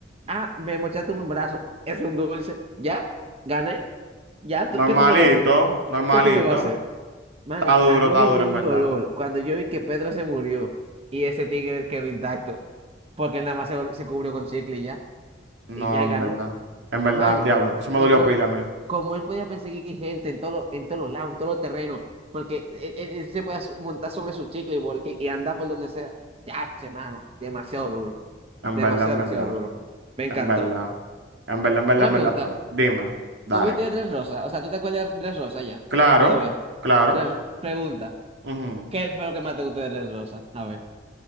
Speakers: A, on the right; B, on the right.
A: Ah, me mochaste un brazo, es un dulce. Ya, gané. Ya,
B: Normalito,
A: tú- ¿qué tú me vas a hacer?
B: normalito.
A: ¿Qué tú me vas a hacer? Mano,
B: Está duro,
A: a mí
B: está
A: me
B: duro,
A: dio
B: en
A: un
B: verdad.
A: dolor cuando yo vi que Pedro se murió y ese tigre quedó intacto, porque él nada más se, vol- se cubrió con chicle y ya,
B: No,
A: y ya y
B: en
A: ganó.
B: verdad. En verdad,
A: Mano,
B: diablo. Eso me
A: y
B: dolió
A: como,
B: pila a mí.
A: como él podía perseguir gente en todos en todos los lados, en todos los terrenos, porque él, él- él se podía su- montar sobre su chicle y, vol- y, y andar por donde sea. Ya, che, mano, demasiado duro.
B: En
A: Demasiado,
B: verdad, en verdad.
A: demasiado duro. Me encantó.
B: En verdad. En verdad, en verdad,
A: Una
B: en
A: pregunta.
B: verdad. Pero dime. Dale.
A: ¿Tuviste Tres Rosas? O sea, ¿tú te acuerdas de Tres Rosas ya?
B: Claro.
A: Todavía.
B: Claro.
A: Dress- pregunta.
B: ujú.
A: ¿Qué fue lo que más te gustó de Tres Rosas? A ver.